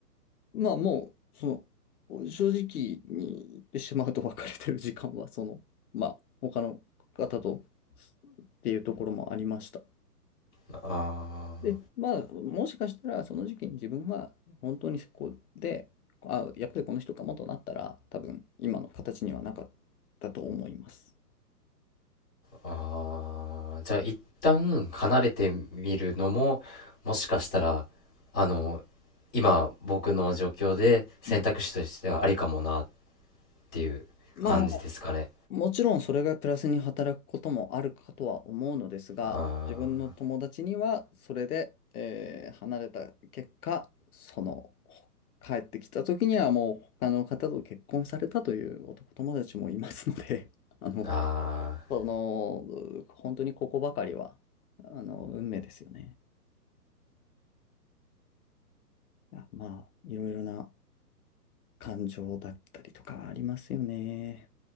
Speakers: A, on the left; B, in the centre.
A: まあ、もう、その、正直に言ってしまうと別れてる時間は、その、まあ、他の方とっていうところもありました。
B: あー
A: で、まあ、もしかしたら、その時期に自分は、本当にそこで、あ、やっぱりこの人かもとなったら、多分、今の形にはなかったと思います。
B: あーじゃあ一旦離れてみるのももしかしたらあの今僕の状況で選択肢としてはありかもなっ
A: うん。
B: ていう感じですかね
A: まあ、もちろんそれがプラスに働くこともあるかとは思うのですが、
B: あ
A: 自分の友達には、それで、えー離れた結果、その、帰ってきた時にはもう他の方と結婚されたという男友達もいますので、<laughs> あの、
B: ーあー
A: この、本当にここばかりは、あの、運命ですよね。あまあ、いろいろな感情だったりとかありますよね。